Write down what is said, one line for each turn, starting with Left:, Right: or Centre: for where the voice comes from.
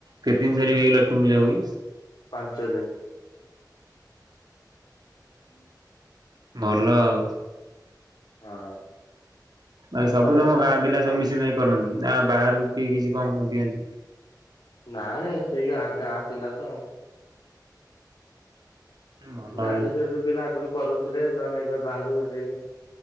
Right: କେତ୍ ଦିନ ଯାରିବ ଲକ୍ଷ୍ମୀ ପୂଜା ହୁଏ?
Left: ପାଞ୍ଚ ଦିନ। ହଁ।
Right: ଭଲ ଆଉ।
Left: ହଁ
Right: ଭାଇ ସବୁ
Left: ଆଉ ଏ
Right: ତମ ଗାଁ ପିଲା ମିଶିିବେ ଯାଇ କରନ୍ତି ଯା ବାହାରୁ କି କିଛି କଣ କଣ ଦିଅନ୍ତି।
Left: ନାଁଇ ସେ ଗାଁ ଗାଁ ପିଲା ତ ଆଉ।
Right: ଭଲ ଭାଇ
Left: ଗାଁରେ ଯୋଉ ଯୋଉ ପିଲା ଆଗରୁ କରୁଥିଲେ ଯୋଉମାନେ ଏବେ ବାହାରୁକୁ <unintelligible>